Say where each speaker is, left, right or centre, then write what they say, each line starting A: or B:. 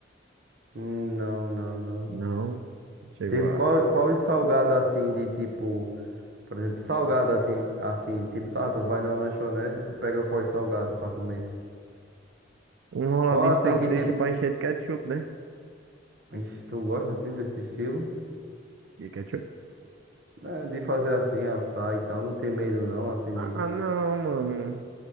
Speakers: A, on the right (about 55°); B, on the right (about 75°).
A: Hum, Não, não, não.
B: Não. Chegou
A: Tipo,
B: a.
A: qual, qual os salgados assim de tipo. Por exemplo, salgado assim, assim, tipo, tá, tu vai numa lanchonete e tu pega qual salgado pra comer.
B: Um enroladinho
A: Qual assim
B: de salsicha
A: que tipo.
B: pra encher de ketchup, né?
A: Ixi, tu gosta assim desse estilo?
B: De ketchup?
A: É, de fazer assim, assar e tal, não tem medo não, assim
B: Ah,
A: de.
B: ah, não, mano.